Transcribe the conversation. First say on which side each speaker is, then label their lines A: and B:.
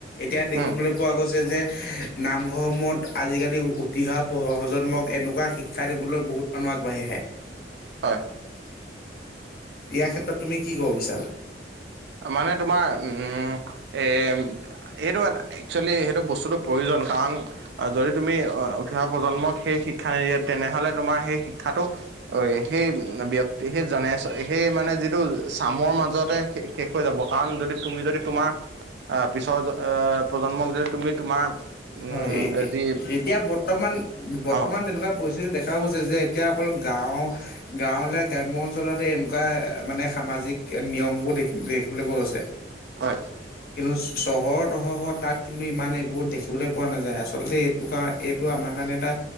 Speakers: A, on the left; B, on the right.
A: এতিয়া দেখিবলৈ
B: উম
A: পোৱা গৈছে যে নামঘৰসমূহত আজিকালি উঠি অহা প্ৰজন্মক এনেকুৱা শিক্ষা দিবলৈ বহুত মানুহ আগবাঢ়ি আহে।
B: হয়।
A: ইয়াৰ ক্ষেত্ৰত তুমি কি কব বিচাৰা?
B: অ মানে তোমাৰ উম এ এইটো এটা এ চুৱেলি সেইটো বস্তুটো প্ৰয়োজন কাৰণ অ যদি তুমি অ উঠি অহা প্ৰজন্মক সেই শিক্ষা নিদিয়ে তেনেহলে তোমাৰ সেই শিক্ষাটো অ সেই ব্যক্তিৰ সেই জনে চ সেই মানে যিটো চামৰ মাজতে সে শেষ হৈ যাব কাৰণ যদি তুমি যদি তোমাৰ অহ পিছৰ জ অ প্ৰজন্মক যদি তুমি তোমাৰ উম
A: হয় এ এ
B: যি
A: এতিয়া বৰ্তমান বৰ্তমান
B: অ
A: তেনেকুৱা পৰিস্থিতি দেখাও গৈছে যে এতিয়া অকল গাঁওৰ গাঁৱলে গ্ৰাম্য অঞ্চলত এনেকুৱা মানে সামাজিক নিয়মবোৰ দেখি দেখিবলৈ পোৱা গৈছে।
B: হয়।
A: কিন্তু চহৰৰ দশহৰ তাত কিন্তু ইমানে বহুত দেখি পোৱা নাযায় আচলতে এইটো কাৰ এইটো আমাৰ কাৰণে এটা